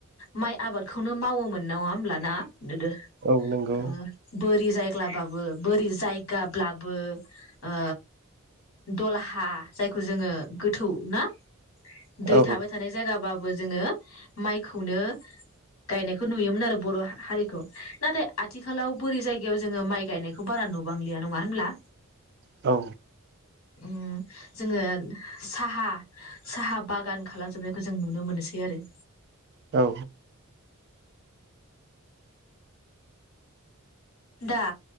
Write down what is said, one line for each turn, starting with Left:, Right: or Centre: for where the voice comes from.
Left: माइ आबादखौनो मावोमोन नङा होमब्लाना? <unintelligible>
Right: औ नंगौ
Left: बोरै जायग्लाबाबो बोरै जायगाब्लाबो ओ दलहा जायखौ जोङो गोथौ ना दै
Right: औ
Left: थाबाय थानाय जायगाबाबो जोङो माइखौनो गायनायखौ नुयोमोन आरो बर' हा-हारिखौ नाथाय आथिखालाव बोरै जायगायाव जोङो माइ गायनायखौ बारा नुबांलिया नङा होनब्ला
Right: औ
Left: उम जोङो साहा साहा बागान खालामजोबनायखौ जों नुनो मोनसै आरो
Right: औ
Left: दा